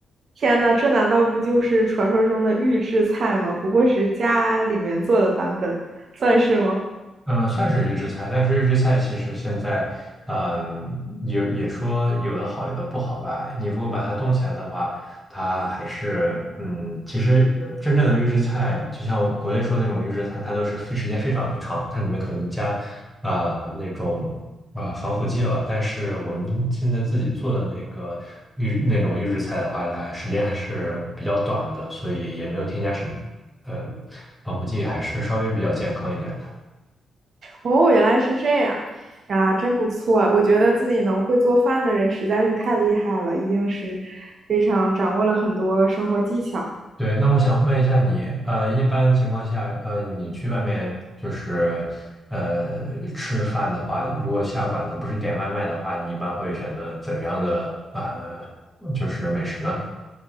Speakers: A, on the right (about 55°); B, in the centre.
A: 天呐，这难道不就是传说中的预制菜吗？不过是家里面做的版本，算是吗？
B: 嗯，呃算是预制菜，但是预制菜其实现在，嗯，也也说有的好，有的不好吧。你如果把它冻起来的话，它还是，嗯，其实呃真正的预制菜，就像国内说那种预制菜，它都是非时间非常长，它里面可能加，呃，那种呃防腐剂了。但是我们现在自己做的那个预那种预制菜的话，它时间还是比较短的，所以也没有添加什么，呃，防腐剂，还是稍微比较健康一点的。
A: 哦，原来是这样，啊，真不错啊！我觉得自己能会做饭的人实在是太厉害了，一定是非常掌握了很多生活技巧。
B: 对，那我想问一下你，呃，一般情况下，呃，你去外面就是，呃，吃饭的话，如果下馆子不是点外卖的话，你一般会选择怎样的呃，就是美食呢？